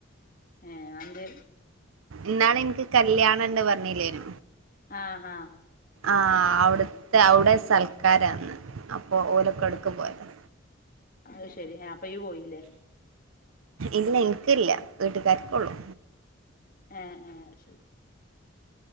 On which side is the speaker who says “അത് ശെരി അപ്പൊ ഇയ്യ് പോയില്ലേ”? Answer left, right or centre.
Left